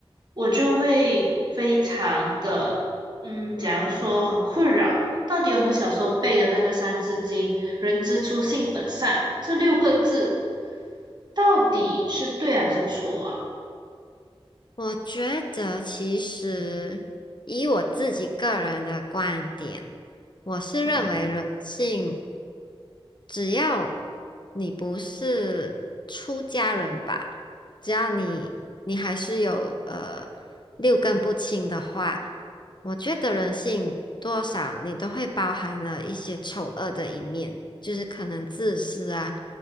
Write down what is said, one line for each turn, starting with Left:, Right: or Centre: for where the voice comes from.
Right: 我就会非常的，嗯，
Left: 嗯。
Right: 假如说，很困扰。到底我们小时候背的那个《三字经》“人之初，性本善”这六个字，到底是对还是错啊？
Left: 我觉得其实以我自己个人的观点，我是认为人性，
Right: 嗯，
Left: 只要你不是出家人吧，只要你你还是有呃六根不清的话，我觉得人性多少你都会包含了一些丑恶的一面，就是可能自私啊、